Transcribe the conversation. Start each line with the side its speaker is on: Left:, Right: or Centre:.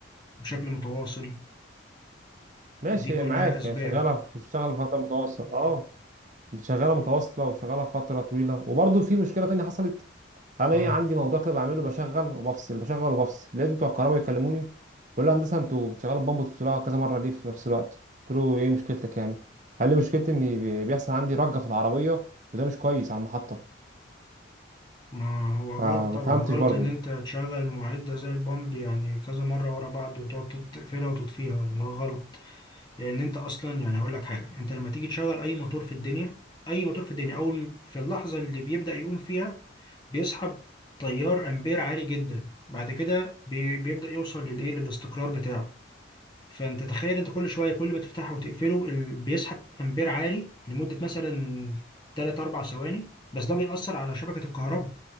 Left: بشكل متواصل
Right: ماشي
Left: دي كلها
Right: هي معاك
Left: اسباب
Right: هي شغاله بتشتغل فتره متواصله اه شغاله متواصله وشغاله فتره طويله وبرضه في مشكله تانية حصلت انا
Left: اه
Right: ايه عندي موضوع كده بعمله بشغل وبفصل بشغل وبفصل لقيت بتوع الكهرباء بيكلموني بيقول لي هندسه انتوا بتشغلوا البامب وتفصلوها كذا مره ليه في نفس الوقت قلت له ايه مشكلتك يعني قال لي مشكلتي ان بي- بيحصل عندي رجه في العربيه وده مش كويس على المحطه
Left: ما هو غلط
Right: فما
Left: طبعا
Right: فهمتش
Left: غلط
Right: برضو
Left: ان انت تشغل معدة زي البامب يعني كذا مرة ورا بعض وتقعد تط- تقفلها وتطفيها ده غلط لان انت اصلا يعني هقول لك حاجة انت لما تيجي تشغل اي موتور في الدنيا اي موتور في الدنيا اول في اللحظة اللي بيبدأ يقوم فيها بيسحب تيار امبير عالي جدا بعد كده بي- بيبدأ يوصل للايه للاستقرار بتاعه فانت تخيل انت كل شوية كل ما تفتحه وتقفله ال- بيسحب امبير عالي لمدة مثلا 3 4 ثواني بس ده بيأثر على شبكة الكهرباء